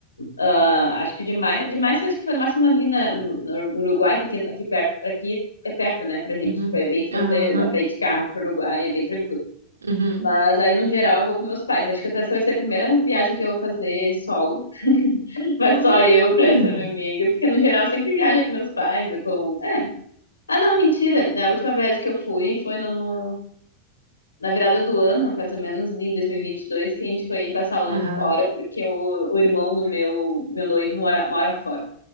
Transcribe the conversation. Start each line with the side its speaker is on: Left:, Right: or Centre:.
Left: Ah, acho que demais, demais acho que foi no máximo ali na, no, no Uruguai, que aqui, aqui perto, aqui é perto, né, pra gente.
Right: uhum,
Left: Tipo, é bem fronteira,
Right: aham,
Left: dá pra ir de carro pro Uruguai, é bem tranquilo.
Right: uhum,
Left: Mas aí, no geral, eu vou com meus pais. Acho que essa vai ser a primeira viagem que eu vou fazer solo. <laughs> Vai
Right: hum,
Left: só eu pra essa minha amiga. Porque, no geral, eu sempre viajo com meus pais, com... É. Ah, não, mentira. né, A última viagem que eu fui foi no, no- na virada do ano, mais ou menos, em 2022, que a gente foi passar o ano
Right: aham,
Left: fora, porque o, o irmão do meu, meu noivo mora, mora fora.